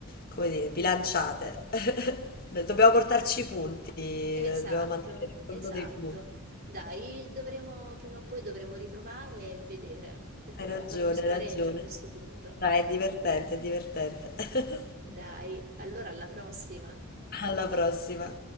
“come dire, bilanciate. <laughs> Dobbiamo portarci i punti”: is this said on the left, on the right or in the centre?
Left